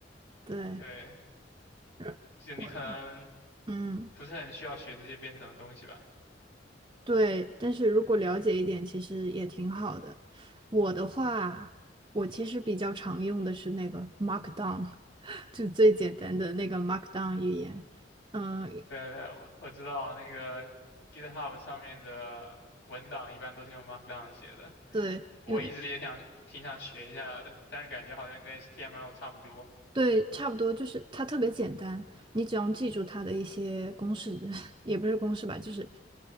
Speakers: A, on the right; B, on the left.
A: 对，
B: 对，
A: <laughs> 是我
B: 就你可能
A: 嗯。
B: 不是很需要学这些编程的东西吧？
A: 对，但是如果了解一点，其实也挺好的。我的话，我其实比较常用的是那个 Markdown，<laughs> 就最简单的那个 Markdown 语言。嗯，
B: 对对，我我知道那个 GitHub 上面的文档一般都是用 Markdown 写的。
A: 对，
B: 我一直也想挺想学一下的，
A: 因为。
B: 但是感觉好像跟 HTML 差不多。
A: 对，差不多就是它特别简单，你只要记住它的一些公式，<laughs> 也不是公式吧，就是